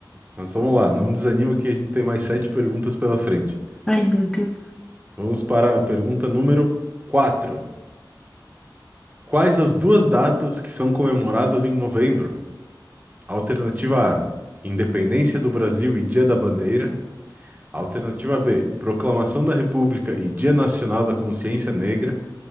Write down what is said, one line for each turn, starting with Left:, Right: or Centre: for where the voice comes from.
Right: Mas vamos lá, não desanima que a gente tem mais sete perguntas pela frente.
Centre: Ai, meu Deus.
Right: Vamos para a pergunta número 4. Quais as duas datas que são comemoradas em novembro? Alternativa A: Independência do Brasil e Dia da Bandeira. Alternativa B: Proclamação da República e Dia Nacional da Consciência Negra.